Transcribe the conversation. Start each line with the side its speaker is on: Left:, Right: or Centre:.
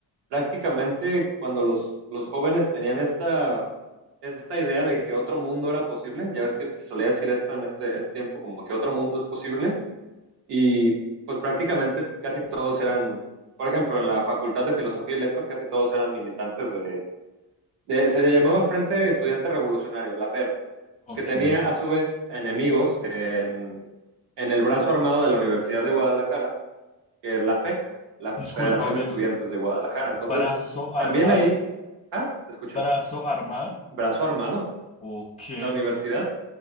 Right: prácticamente cuando los, los jóvenes tenían esta, esta idea de que otro mundo era posible, ya ves que se solía decir esto en este, en este tiempo, como que otro mundo es posible, y pues prácticamente casi todos eran, por ejemplo, en la Facultad de Filosofía y Letras, casi todos eran militantes de, de- se le llamaba el Frente Estudiante Revolucionario, la FER,
Left: Ok.
Right: que tenía a su vez enemigos en, en el brazo armado de la Universidad de Guadalajara, que es la FEG, la Federación
Left: Discúlpame,
Right: de Estudiantes de Guadalajara.
Left: brazo
Right: Entonces,
Left: armada,
Right: también ahí, ah, te escucho,
Left: brazo armada.
Right: brazo armado.
Left: Ok,
Right: La universidad